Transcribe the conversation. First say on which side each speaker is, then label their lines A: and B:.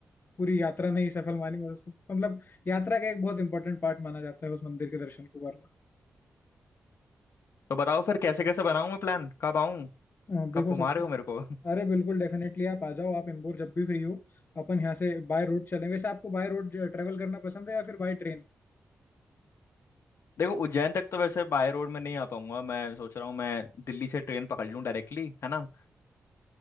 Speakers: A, on the left; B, on the left.
A: पूरी यात्रा नहीं सफल मानी मतलब मतलब यात्रा का एक बहुत इंपॉर्टेंट पार्ट माना जाता है उस मंदिर के दर्शन को करना
B: तो बताओ फिर कैसे कैसे बनाऊं मैं प्लान कब आऊं
A: अ, देखो
B: कब घुमा
A: सबसे
B: रहे हो मेरे को <laughs>
A: अरे बिल्कुल डेफिनेटली आप आ जाओ आप इंदौर जब भी फ्री हो अपन यहाँ से बाय रोड चलें वैसे आपको बाय रोड ट्रेवल करना पसंद है या फिर बाय ट्रेन
B: देखो उज्जैन तक तो वैसे बाय रोड में नहीं आ पाऊंगा मैं सोच रहा हूँ मैं दिल्ली से ट्रेन पकड़ लूँ डायरेक्टली है ना